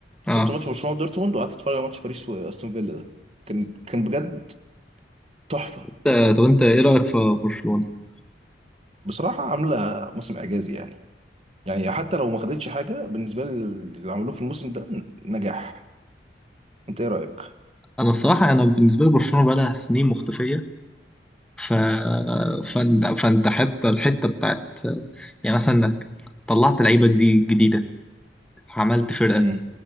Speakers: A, in the centre; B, on the right.
A: اه
B: وسبت ماتش برشلونة ودورتموند وقعدت اتفرج على ماتش باريس واستون فيلا ده كان كان بجد تحفة
A: آه، طب انت ايه رايك في برشلونه
B: بصراحة عاملة موسم اعجازي يعني يعني حتى لو ما خدتش حاجة بالنسبة لي اللي عملوه في الموسم ده نجاح انت ايه رأيك
A: انا الصراحه انا بالنسبه لي برشلونه بقى لها سنين مختفيه ف فانت فانت حتى الحته بتاعت يعني مثلا انك طلعت لعيبه دي جديده عملت فرقه
B: امم